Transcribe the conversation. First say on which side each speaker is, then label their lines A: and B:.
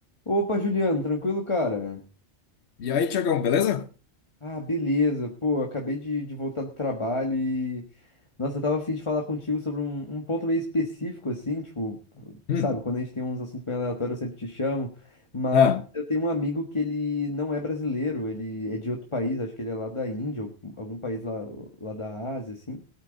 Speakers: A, on the left (about 25°); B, on the left (about 70°).
A: Opa, Juliano, tranquilo, cara?
B: E aí, Tiagão, beleza?
A: Ah, beleza. Pô, acabei de, de voltar do trabalho e. Nossa, eu tava a fim de falar contigo sobre um, um ponto meio específico, assim, tipo,
B: Hum.
A: sabe, quando a gente tem uns assuntos meio aleatórios, eu sempre te chamo. Mas
B: Ah,
A: eu tenho um amigo que ele não é brasileiro, ele é de outro país, acho que ele é lá da Índia, ou algum país lá, lá da Ásia, assim.